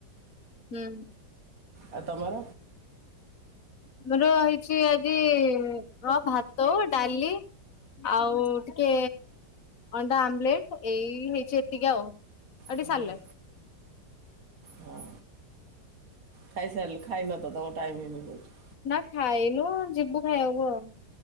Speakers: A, on the left; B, on the right.
A: ହୁଁ।
B: ଆଉ ତମର
A: ଆମର ହେଇଚି ଆଜି ଭାତ, ଡାଲି ଆଉ ଟିକେ ଅଣ୍ଡା ଆମଲେଟ୍, ଏଇ ହେଇଚି ଏତିକି ଆଉ। ଟିକେ
B: ହୁଁ
A: ସାଲାଡ
B: ହଁ, ଖାଇସାଇଲ, ଖାଇନତ ତମ ଟାଇମ। <unintelligible>
A: ନା ଖାଇନୁ, ଯିବୁ ଖାଇବାକୁୁ ଆଉ।